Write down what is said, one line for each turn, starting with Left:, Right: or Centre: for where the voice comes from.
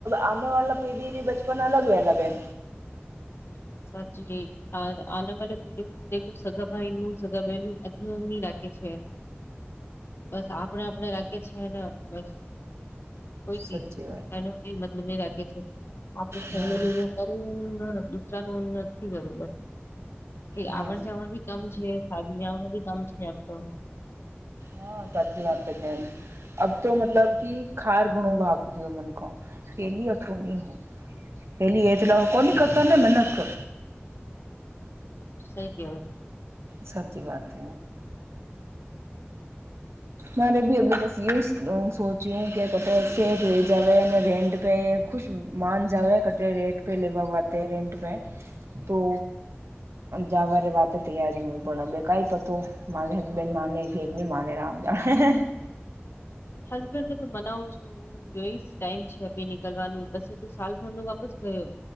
Right: આમે વાળલા પેઢીથી બચપન અલગ વેલા બેન
Left: <inaudible> સાચી આ આના વાળા પીઢઓ દેલો સગાભાઈનું સગાભાઈનું અજની રાખે છે બસ આપડે આપડે રાખી છે ને બસ કોઈ ક
Right: સાચી વાત
Left: એનો કઈ મતલબ નહી રાખે છે આપડ ફેમિલી
Right: હા
Left: કર દુતરાનું નથી કરવું બસ ક
Right: હા
Left: આવણ જાવણ ભી કમ છે ખાદીવ ન ભી કમ છે આપતો
Right: હા સાચી વાત બેન અબ તો મતલબ કે ખાર ઘણો ભપરી હો મન કો પહેલી થોની હો પહેલીલો કોની કરતાને મહેનત કર
Left: હ સઈ કેવો છે
Right: સાચી વાત હ મારે બી બસ એ સોચ્યું કે કે જોઈ જાવ અને રેન્ટ પે ખુશ માન જાવ કટે રેટ પે લેવાવાતે રેન્ટ પે તો જવા વાતે તૈયારી હું પણ હ કઈ પતો મારી હસબેન્ડ માને ભેગ ન માને રામ હે હે
Left: ભર ન તો મનાવ છું ટાઈમ છેી નીકળવાનું પછ તો સાલભર ન વાપસ ગયો